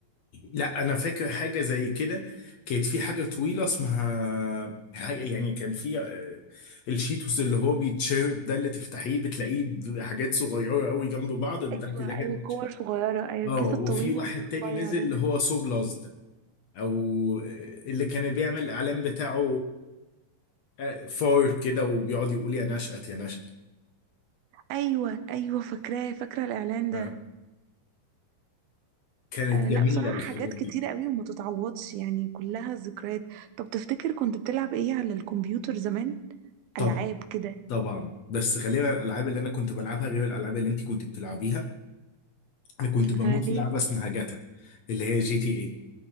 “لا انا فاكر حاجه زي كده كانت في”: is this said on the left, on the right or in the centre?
Left